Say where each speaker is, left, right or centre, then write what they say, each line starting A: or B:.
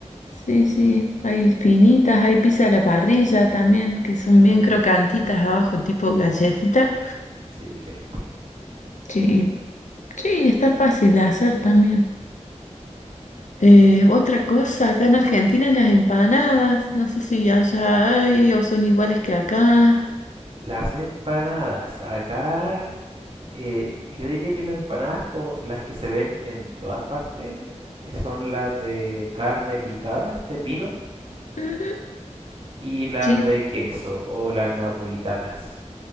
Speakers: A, on the left; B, on the right.
A: Sí, sí, hay finitas, hay pizza a la parrilla también, que son bien
B: Mm,
A: crocantitas abajo, tipo galletita.
B: sí, qué rico.
A: Sí, sí, está fácil de hacer también. Eh, otra cosa, acá en Argentina las empanadas, no sé si allá hay o son iguales que acá.
B: Las empanadas. Acá eh, yo diría que las empanadas como las que se ven en todas partes eh, son las de carne picada, este pino,
A: Ujú,
B: y las
A: Sí,
B: de queso o las napolitanas.